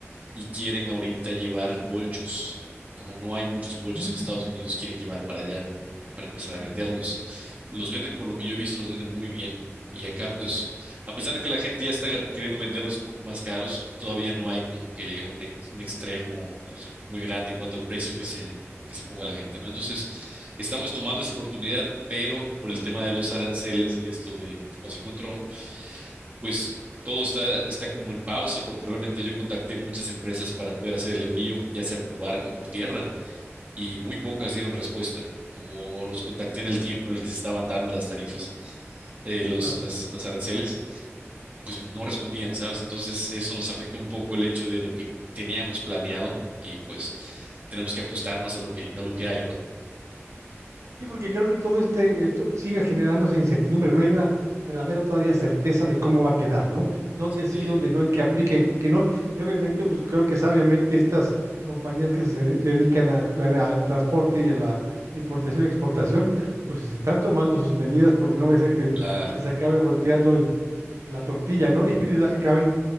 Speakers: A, on the right; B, on the right.
A: y quieren ahorita llevar bolchos. Como no hay muchos bolchos
B: Mm,
A: en Estados Unidos, quieren llevar para allá, para empezar a venderlos. Los venden, por lo que yo he visto, los venden muy bien. Y acá, pues, a pesar de que la gente ya está queriendo venderlos un poco más caros, todavía no hay como que un, ex- un extremo muy grande en cuanto al precio que se, que se ponga la gente, ¿no? Entonces, estamos tomando esa oportunidad, pero por el tema de los aranceles y de esto de que pasó con Trump, pues todo está, está como en pausa porque realmente yo contacté muchas empresas para poder hacer el envío, ya sea por barco o por tierra, y muy pocas dieron respuesta. Como los contacté en el tiempo en el que se estaban dando las tarifas, eh, los,
B: Claro.
A: las, las aranceles, pues no respondían, ¿sabes? Entonces eso nos afectó un poco el hecho de lo que teníamos planeado y pues tenemos que ajustarnos a lo que, a lo que hay, ¿no?
B: Sí, porque creo que todo este, esto sigue generándose incertidumbre, no hay una verdadera todavía certeza de cómo va a quedar, ¿no? Dónde sí,
A: Eh,
B: dónde no, en qué aplica, en qué no. Y obviamente, pues creo que sabiamente estas compañías que se de- dedican a- a- al transporte y a la importación y exportación, pues se están tomando sus medidas porque no vaya a ser que
A: la
B: les acabe volteando el- la tortilla, ¿no? <laughs> Y les acaben